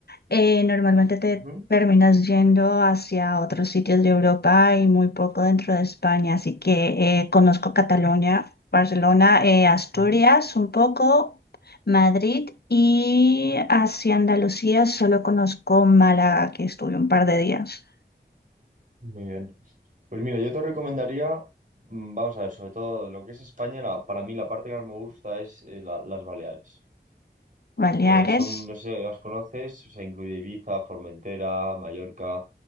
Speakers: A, on the left; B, on the right.
A: eh, normalmente te
B: Ujú,
A: terminas yendo hacia otros sitios de Europa y muy poco dentro de España, así que eh, conozco Cataluña, Barcelona, eh, Asturias
B: ujú.
A: un poco, Madrid y hacia Andalucía solo conozco Málaga, que estuve un par de días,
B: Muy bien. Pues mira, yo te recomendaría, mm, vamos a ver, sobre todo lo que es España, la- para mí la parte que más me gusta es eh, la- las Baleares.
A: Baleares.
B: Eh, son, no sé si las conoces, o sea, incluye Ibiza, Formentera, Mallorca,